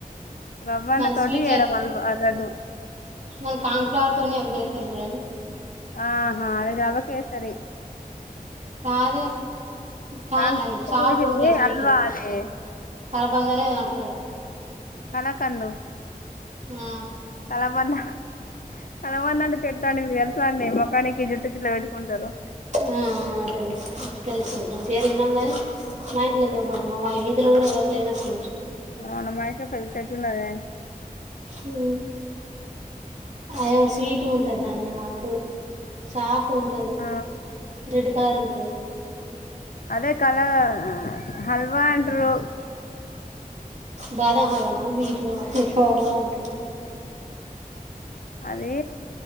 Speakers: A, on the left (about 65°); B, on the right (about 50°).
A: రవ్వన్న
B: మన
A: తోటి
B: స్వీట్లర్
A: చేయడం వల్ అవదు
B: మన కాన్ ఫ్లవర్ తోని అవి జెత్తారు చూడండి
A: ఆహా అది రవ్వ కేసరి
B: కాదు కా
A: కాన్
B: అది సాఫ
A: వేసేది
B: ఉంటాయి స్వీట్
A: అల్వా అది
B: కలబందనేంట
A: కనకండు
B: ఆ
A: కలబంద కలబంధతో పెట్టాం తెలుసాం మొకానికి జుట్టు కిట్ పెట్టుకుంటారు
B: ఆ అదే అదే తెలుసు దాని పేరు ఇనం కా మా ఇంట్లో ఇవ్వండి మా వీధిలో కూడా ఎవరికి లేనచ్చలేవు
A: మనమైతే <unintelligible> వున్నదే
B: ఊ అ ఏం స్వీట్ ఉంటాది దాన్ని ఏమ అంటారు సాఫ్ ఉంటది
A: ఆ
B: రెడ్ కలర్ ఉంటది
A: అదే కాల హల్వా అంట్రూ
B: బాదమ్ హల్వనా బీట్ రు హాల్వా అంటారు
A: అది